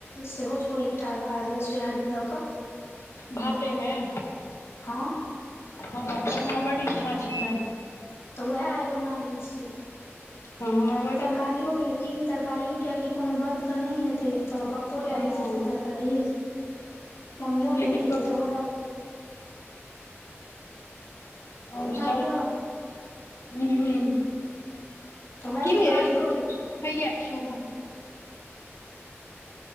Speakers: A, on the left (about 70°); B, on the left (about 85°).
A: सेहो छौ एकटा, आर सोयाबीन दऽ कऽ।
B: भातेमें।
A: हँ।
B: हँ, ओ हमरा बड्ड इच्छा छलै।
A: तऽ उएह आइ बना लै छि।
B: ओ हमरा ब।
A: तरकारियो कियाकि, तरकारियो कियाकि कोनो बड्ड तऽ नहि हेतै, तऽ पप्पो लए
B: हँ
A: रहै जेताइन तरकारी। मम्मियो
B: लेकिन
A: फेर खेती तऽ ओ।
B: और सभ,
A: लिअ
B: हूं।
A: तऽ वएह
B: की भेल,
A: तू काज कऽ ले
B: हैया छै सूप।